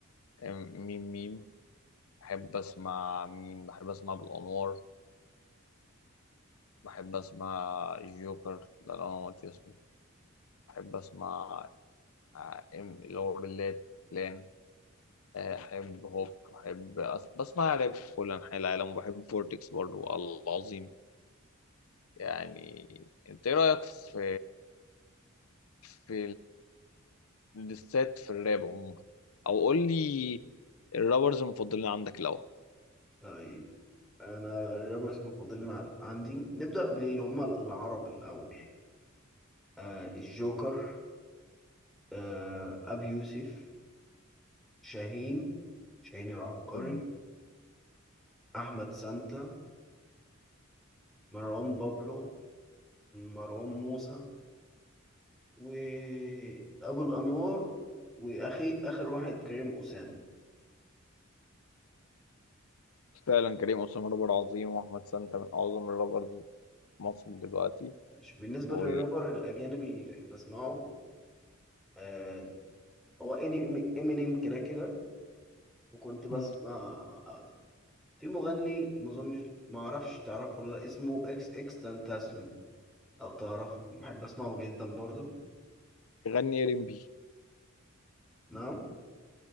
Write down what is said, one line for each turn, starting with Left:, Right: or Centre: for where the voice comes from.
Left: أه، ميم ميم بحب أسمع مين بحب أسمع بالأنوار بحب أسمع جوكر ده اللي أنا قلت اسمه بحب أسمع أه، إم- اللي هو بالليل لان أحب هوك بحب أس... بسمع راب في كل أنحاء العالم وبحب فورتكس برضو العظيم يعني أنت إيه رأيك في في للست في الراب عموما او قول لي الرابرز المفضلين عندك الاول
Centre: طيب أنا الرابرز المفضلين عن- عندي نبدأ باللي هما العرب الأول آه الجوكر آه أبي يوسف شاهين شاهين العبقري
Left: مم.
Centre: أحمد سانتا مروان بابلو مروان موسى وأبو الأنوار وأخي آخر واحد كريم أسامة
Left: فعلا كريم أسامة رابر عظيم وأحمد سانتا من أعظم الرابرز في مصر دلوقتي
Centre: ماشي. بالنسبة
Left: وكم
Centre: للرابر الأجانب اللي بسمعه آه، هو إني- امينيم كده كده وكنت بسمع
Left: مم.
Centre: في مغني ما اظنش ما اعرفش تعرفه ولا لأ، اسمه اكس اكس تنتاسيون او تعرفه بحب اسمعه جدا برضو
Left: بيغني ار ام بي
Centre: نعم